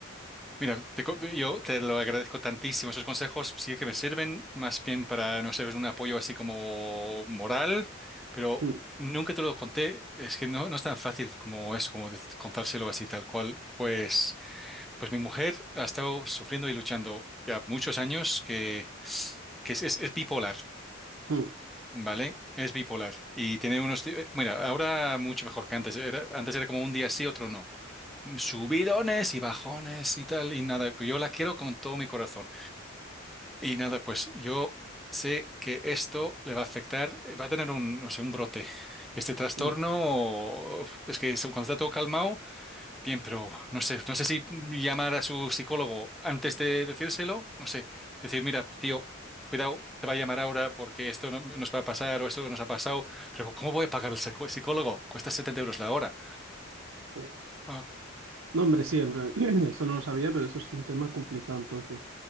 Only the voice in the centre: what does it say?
Mira, te co- yo te lo agradezco tantísimo. Esos consejos sí que me sirven más bien para, no sé, un apoyo así como moral, pero
nunca te lo conté. Es que no, no es tan fácil como eso, como de- contárselo así tal cual. Pues, pues mi mujer ha estado sufriendo y luchando ya muchos años que, que es, es- es bipolar.
¿vale? Es bipolar y tiene unos... di- Mira, ahora mucho mejor que antes. Era, antes era como un día sí, otro no. Mm, Subidones y bajones y tal, y nada, pues yo la quiero con todo mi corazón. Y nada, pues yo sé que esto le va a afectar, eh, va a tener un, no sé, un brote. Este trastorno,
o- es que es- cuando está todo calmado, Bien, pero no sé, no sé si llamar a su psicólogo antes de decírselo, no sé, decir, mira, tío, cuidado, te va a llamar ahora porque esto no- nos va a pasar o esto nos ha pasado, pero ¿cómo voy a pagar al psico- psicólogo? Cuesta setenta euros la hora.
Ah,